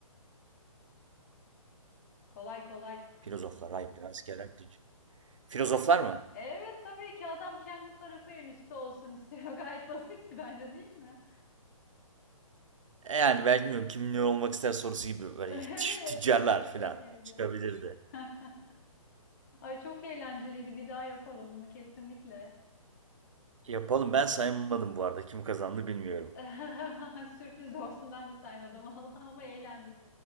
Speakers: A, on the left; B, on the right.
A: Kolay kolay.
B: Filozoflar, ayıplar, askerler, tüc- Filozoflar
A: Evet.
B: mı?
A: Evet tabii ki adam kendi tarafı en üstte olsun istiyor. <laughs> Gayet basitti bence değil mi?
B: E, Yani ben bilmiyorum kim ne olmak ister sorusu gibi böyle
A: <laughs>
B: <laughs>
A: Evet
B: tüccarlar
A: biraz
B: falan
A: öyleydi.
B: çıkabilirdi.
A: <laughs> Ay çok eğlenceliydi. Bir daha yapalım bunu kesinlikle.
B: Yapalım ben saymadım bu arada kim kazandı bilmiyorum.
A: <laughs> Sürpriz olsun ben de saymadım <laughs> Allah ama eğlendik.